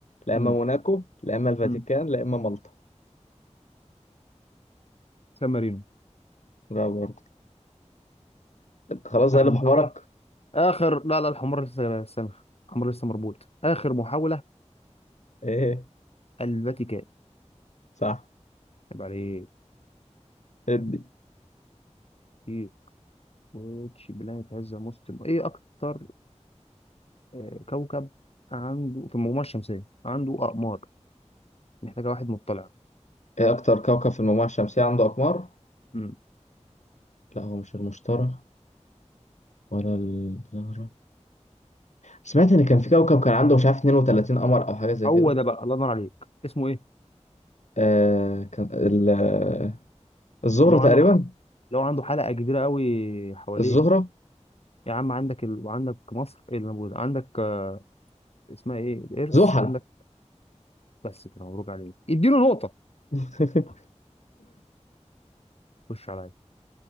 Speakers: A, on the left; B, on the left.
A: لا
B: امم
A: اما موناكو لا اما الفاتيكان
B: امم
A: لا اما مالطا
B: سان مارينو
A: لا برضه خلاص
B: آخر
A: غلب
B: محاولة
A: حمارك
B: آخر لا لا الحمار لسه استنى الحمار لسه مربوط آخر محاولة
A: ايه
B: الفاتيكان
A: صح
B: طب عليه
A: ادي
B: في واتش بلانيت هاز ذا موست إيه أكتر آه، كوكب عنده في المجموعة الشمسية عنده أقمار محتاجة واحد مطلع
A: ايه اكتر كوكب في المجموعة الشمسية عنده اقمار
B: امم
A: لا هو مش المشتري ولا الزهرة سمعت ان كان في كوكب كان عنده مش عارف 32 قمر او حاجة زي
B: هو
A: كده
B: ده بقى الله ينور عليك اسمه إيه
A: آه كان ال- آه، الزهرة
B: لو
A: تقريبا
B: عنده ح- لو عنده حلقة كبيرة قوي حواليه
A: الزهرة
B: يا عم عندك ال... وعندك مصر ايه اللي موجود عندك آه، اسمها ايه الارث
A: زحل
B: عندك بس كده مبروك عليك اديله نقطة
A: <laughs>
B: خش عليا